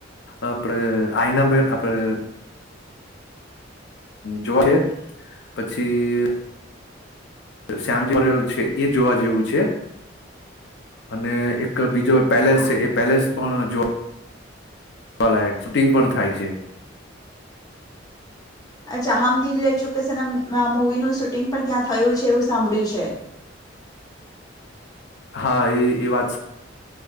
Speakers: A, on the left; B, on the left.
A: આપણે આઈના મે આપણે જો છે, પછી શમજીલ છે એ જોવા જેવું છે, અને એક બીજો પેલેસ
B: હા
A: છે એ પેલેસ પણ જો લાયક શૂટિંગ પણ થાય છે.
B: અચ્છા હમદિલ લે ચુકેશનમ મુવીનું શૂટિંગ પણ ત્યાં થયું છે એવું સાંભળ્યું છે.
A: હા એ એ વાત છે.